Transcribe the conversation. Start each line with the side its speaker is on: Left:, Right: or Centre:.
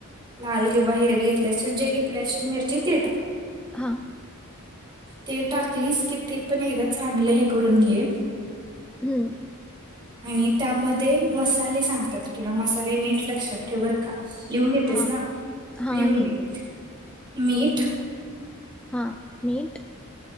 Right: लाल किंवा हिरवी घेत लसूण जे घेत लसूण मिरची ते टाक
Centre: हा
Right: ते टाकलीस की ते पण एकदा चांगलं हे करून घे
Centre: हम्म
Right: आणि त्यामध्ये मसाले सांगतात तुला मसाले नीट लक्षात ठेव बर का लिहून घेतेस
Centre: हां.
Right: ना
Centre: हां.
Right: लिहून
Centre: घेते.
Right: घे मीठ
Centre: हा मीठ